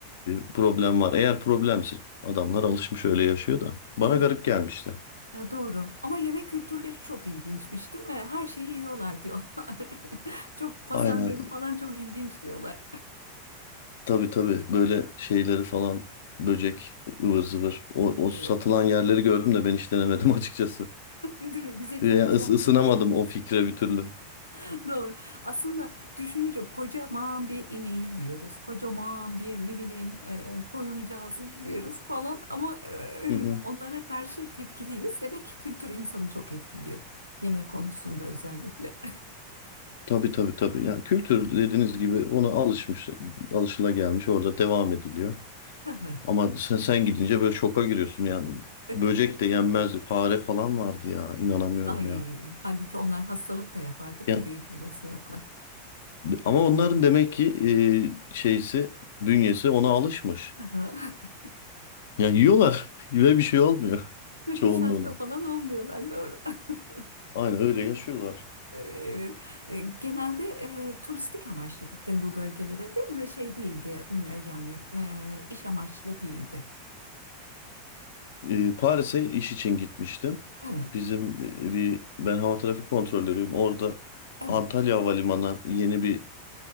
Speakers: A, on the left; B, on the right.
A: e, problem var. Eğer problemse adamlar alışmış öyle yaşıyor da. Bana
B: Evet,
A: garip gelmişti.
B: e, doğru. Ama yemek kültürleri çok ilginçmiş, değil mi? Her şeyi yiyorlar diyorlar. <laughs> Çok pazarları
A: Aynen.
B: falan çok ilginç diyorlar.
A: Tabii tabii. Böyle şeyleri falan böcek ıvır zıvır. O, o satılan
B: Evet.
A: yerleri gördüm de ben hiç denemedim <laughs> açıkçası.
B: <laughs> Değil mi? Bize
A: Ya,
B: çok uzak
A: ıs- ısınamadım
B: geliyor.
A: o fikre bir türlü.
B: <laughs> Doğru. Aslında düşününce kocaman bir ineği yiyoruz. Kocaman bir ne bileyim e, koyuncağızı yiyoruz falan ama e,
A: Hı hı.
B: onlara karşı tepkiliyiz. Demek ki kültür insanı çok etkiliyor. Yemek konusunda özellikle.
A: Tabii tabii tabii. Ya kültür dediğiniz gibi ona alışmış, alışılagelmiş orada devam ediliyor.
B: <laughs>
A: Ama sen, sen gidince böyle şoka giriyorsun yani.
B: Evet.
A: Böcek de yenmezdi. Fare falan vardı ya. inanamıyorum
B: Ay,
A: ya.
B: halbuki onlar hastalık da yapar değil
A: Ya
B: mi? Büyük olasılıkla.
A: ama onların demek ki e, şeysi, bünyesi ona alışmış.
B: <laughs>
A: Ya yiyorlar <laughs> ve bir şey olmuyor <laughs>
B: Ve
A: çoğunluğuna.
B: hiç hasta falan olmuyorlar doğru. <laughs>
A: Aynen öyle yaşıyorlar.
B: Ee, Evet. E, Genelde e, turistik amaçlı gittin bu bölgelere değil mi? Şey değildi m, e, yani e, iş amaçlı değildi.
A: E, Paris'e iş için gitmiştim.
B: Evet,
A: Bizim e, bir ben hava trafik kontrolörüyüm. Orada
B: evet.
A: Antalya Havalimanı yeni bir